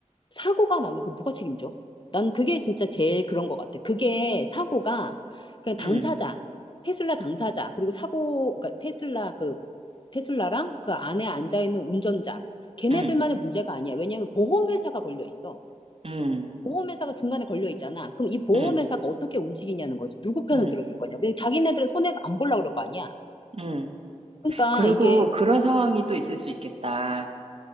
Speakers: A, on the left; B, on the right.
A: 사고가 나면 그 누가 책임져? 난 그게 진짜 제일 그런 것 같아. 그게 사고가 그냥 당사자
B: 음,
A: 테슬라 당사자 그리고 사고 그러니까 테슬라 그 테슬라랑 그 안에 앉아있는 운전자, 걔네들만의
B: 음,
A: 문제가 아니야. 왜냐하면 보험회사가 걸려 있어.
B: 음,
A: 보험회사가 중간에 걸려 있잖아. 그럼 이 보험회사가
B: 음,
A: 어떻게 움직이냐는 거지. 누구 편을
B: 음,
A: 들어줄 거냐. 그냥 자기네들은 손해 안 보려고 그럴 거 아니야.
B: 음.
A: 그러니까
B: 그리고
A: 이게,
B: 그런 상황이 또 있을 수 있겠다.